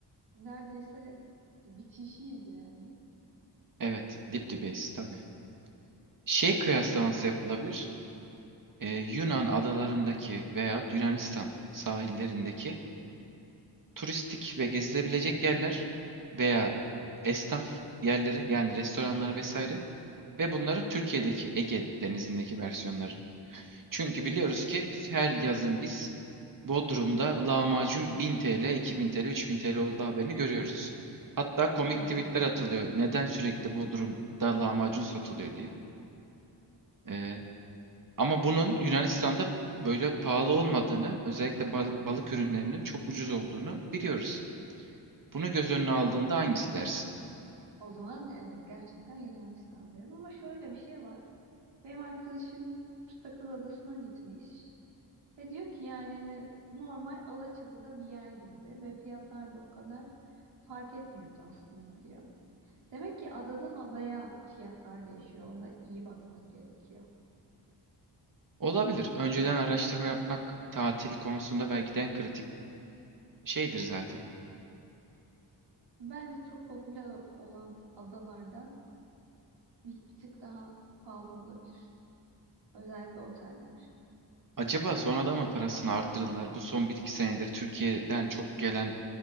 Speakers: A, on the right (about 90°); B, on the right (about 50°).
A: neredeyse bir yani.
B: Evet, dip dibeyiz tabii. Şey kıyaslaması yapılabilir. Ee, Yunan adalarındaki veyahut Yunanistan sahillerindeki turistik ve gezilebilecek yerler veya esnaf yerleri yani restoranlar vesaire ve bunların Türkiye'deki Ege Denizi'ndeki versiyonları. Çünkü
A: Hmm.
B: biliyoruz ki her yazın
A: <laughs>
B: biz Bodrum'da lahmacun 1000 TL, 2000 TL, 3000 TL olduğu haberini görüyoruz. Hatta komik
A: Aa
B: tweetler
A: evet.
B: atılıyor. Neden sürekli Bodrum'da lahmacun satılıyor diye. Ee, Ama bunun Yunanistan'da böyle pahalı olmadığını, özellikle bal- balık ürünlerinin çok ucuz olduğunu biliyoruz. Bunu göz önüne aldığında hangisi dersin?
A: O zaman evet gerçekten Yunanistan'dayım ama şöyle bir şey var. Benim arkadaşım Sakız Adası'na gitmiş ve diyor ki yani normal Alaçatı'da bir yer gibi ve fiyatlar da o kadar fark etmiyordu aslında diyor. Demek ki adadan adaya fiyatlar değişiyor. Ona iyi bakmak gerekiyor.
B: Olabilir. Önceden araştırma yapmak tatil konusunda belki de en kritik şeydir zaten.
A: Bence çok popüler olan adalarda bir, bir tık daha pahalı olabilir. Özellikle oteller.
B: Acaba sonradan mı parasını arttırdılar? Bu son bir iki senedir Türkiye'den çok gelen